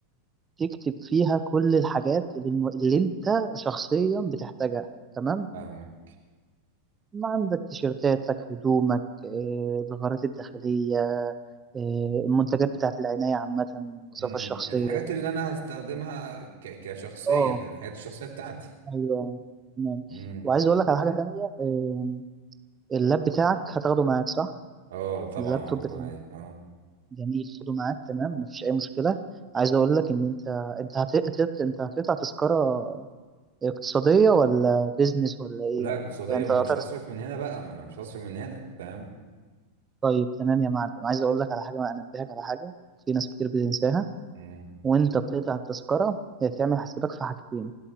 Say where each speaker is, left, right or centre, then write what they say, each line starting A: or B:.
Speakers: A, on the right; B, on the right.
A: تكتب فيها كل الحاجات اللي, الم... اللي انت شخصيا بتحتاجها تمام
B: فاهمك
A: ما عندك تيشيرتاتك هدومك آه، الغارات الداخلية آه، المنتجات بتاعت العناية عامة النظافة
B: مم.
A: الشخصية
B: الحاجات اللي انا هستخدمها ك... كشخصية
A: اه
B: يعني الحاجات الشخصية بتاعتي
A: ايوه تمام
B: امم
A: وعايز اقول لك على حاجة تانية آه، اللاب بتاعك هتاخده معاك صح؟
B: اه طبعا
A: اللابتوب
B: هاخده
A: بتاعك
B: معايا اه
A: جميل خده معاك تمام مفيش أي مشكلة عايز اقول لك ان انت انت هتقطع انت هتقطع تذكرة اقتصادية ولا بيزنس ولا ايه
B: لا
A: يعني؟
B: اقتصادية
A: يعني انت
B: ما انا
A: قطعت
B: مش هصرف من هنا بقى ما انا مش هصرف من هنا فاهم
A: طيب تمام يا معلم عايز اقول لك على حاجة انبهك على حاجة في ناس كتير بتنساها
B: امم
A: وانت بتقطع التذكرة يا تعمل حسابك في حاجتين